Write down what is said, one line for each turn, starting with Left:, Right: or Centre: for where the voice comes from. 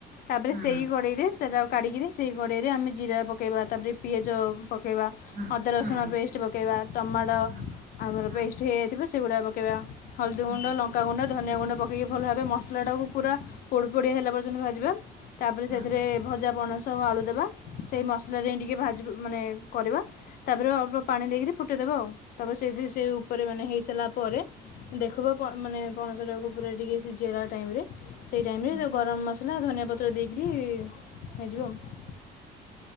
Left: ତାପରେ
Right: ହୁଁ
Left: ସେଇ
Right: ହୁଁ
Left: କଡେଇରେ ସେଟାକୁ କାଢିକିରି ସେ କଡେଇରେ ଆମେ ଜିରା ପକେଇବା ତାପରେ ପିଆଜ ପ କେଇବା
Right: ହୁଁ
Left: ଅଦା
Right: ହୁଁ
Left: ରସୁଣ
Right: ହୁଁ
Left: ପେଷ୍ଟ ପକେଇବା ଟମାଟ
Right: ହୁଁ
Left: ପେଷ୍ଟ
Right: ହୁଁ
Left: ହେଇଯିବ ସେଗୁଡା ପକେଇବା ହଳଦୀ
Right: ହୁଁ
Left: ଗୁଣ୍ଡ
Right: ହୁଁ
Left: ଲ ଙ୍କା ଗୁଣ୍ଡ ଧନିଆ ଗୁଣ୍ଡ ପକେଇକି ଭଲ ଭାବେ ମସଲାଟାକୁ ପୁରା ପୋଡ ପୋଡିଆ ହେଲା ପର୍ଯ୍ୟନ୍ତ ଭାଜିବା। ତାପରେ
Right: ହୁଁ
Left: ସେଥିରେ ଭଜା ପଣସ ତାପରେ ଆଳୁ ଦେବା ସେଇ ମସଲାରେ ଟିକେ ଭାଜ ମାନେ କରିବା ତାପରେ ଅଳ୍ପ ପାଣି ଦେଇକିରି ଫୁଟେଇଦବା ଆଉ ତାପରେ ସେଇଥିରେ ସେ ଉପରେ ମାନେ ହେଇସାରିଲା ପରେ ଦେଖିବ ପ ମାନେ ପଣସଟାକୁ ପୁରା ଟିକେ ସିଝେଇଲା ଟାଇମରେ ସେଇ ଟାଇମରେ
Right: ହୁଁ
Left: ଗରମ ମସଲା ଧନିଆ ପତ୍ର ଦେଇକିରି ହେଇଯିବ ଆଉ।